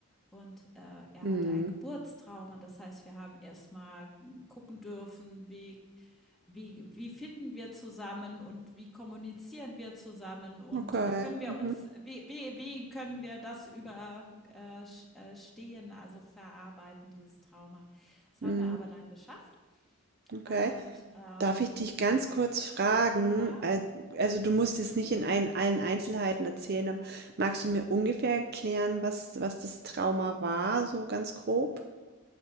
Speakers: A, in the centre; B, on the right (about 45°).
A: Und, äh, er
B: Mhm.
A: hatte ein Geburtstrauma. Das heißt, wir haben erstmal gucken dürfen, wie wie wie finden wir zusammen und wie kommunizieren wir zusammen und
B: Okay.
A: wie können wir
B: Mhm.
A: uns wie wie wie können wir das überstehen, äh, sch äh, stehen, also verarbeiten, dieses Trauma. Das
B: Mhm.
A: haben wir aber dann geschafft.
B: Okay.
A: Und, ähm,
B: Darf ich dich ganz kurz fragen?
A: ja,
B: Äh, Also du musst es nicht in allen, allen Einzelheiten erzählen, aber magst du mir ungefähr erklären, was, was das Trauma war, so ganz grob,